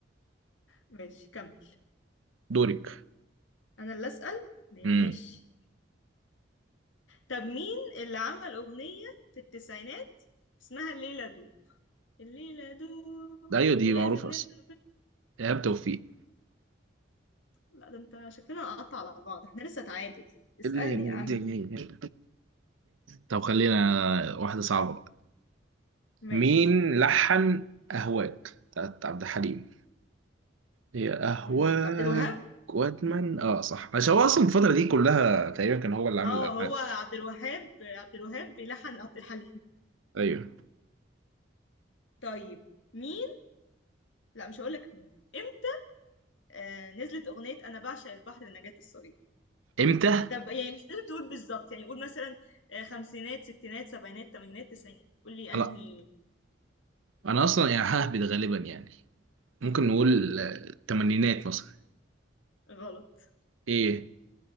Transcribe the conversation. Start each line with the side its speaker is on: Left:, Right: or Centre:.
Left: ماشي كمل
Right: دورك
Left: أنا اللي أسأل ماشي
Right: امم
Left: طب مين اللي عمل أغنية في التسعينات اسمها الليلة دوب الليلة دوب
Right: ده أيوة دي
Left: ولازم
Right: معروفة
Left: نرضى
Right: أصلا إيهاب توفيق
Left: لا ده انت شكلنا نقطع على بعض احنا لسه تعادل اسألني
Right: اللي هي الدنيا.
Left: يا عم
Right: طب خلينا واحدة صعبة بقى
Left: ماشي
Right: مين لحن أهواك بتاعت عبد الحليم هي أهواك
Left: أمم، عبد الوهاب
Right: وأدمن آه صح عشان هو أصلا الفترة دي كلها تقريبا كان هو اللي عامل
Left: اه
Right: الألحان
Left: هو عبد الوهاب عبد الوهاب بيلحن عبد الحليم <laughs>
Right: أيوه
Left: طيب مين لا مش هقولك مين امتى آه نزلت اغنية انا بعشق البحر لنجاة الصغيرة
Right: إمتى؟
Left: طب يعني مش لازم تقول بالظبط يعني قول مثلا آه، خمسينات ستينات سبعينات تمانينات تسعينات قول لي
Right: لا
Left: انهي
Right: أنا أصلا يعني ههبد غالبا يعني ممكن نقول
Left: قول
Right: آه، التمانينات مثلا
Left: غلط
Right: إيه